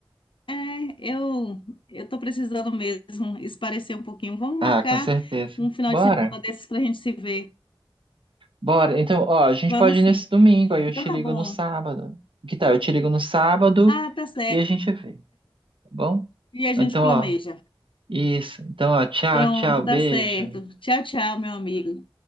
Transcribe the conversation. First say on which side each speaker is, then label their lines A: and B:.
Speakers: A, on the left; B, on the right.
A: É, eu eu tô precisando mesmo esparecer um pouquinho. Vamos marcar
B: Ah, com certeza.
A: um final
B: Bora,
A: de semana desses para a gente se ver.
B: bora. Então, ó, a gente
A: Vamos
B: pode ir
A: sim.
B: nesse domingo, aí eu
A: Então
B: te
A: tá
B: ligo
A: bom.
B: no sábado. Que tal? Eu te ligo no sábado
A: Ah, tá certo.
B: e a gente vê, tá bom?
A: E a gente
B: Então,
A: planeja.
B: ó, isso. Então, ó, tchau,
A: Pronto,
B: tchau, beijo.
A: tá certo. Tchau, tchau, meu amigo.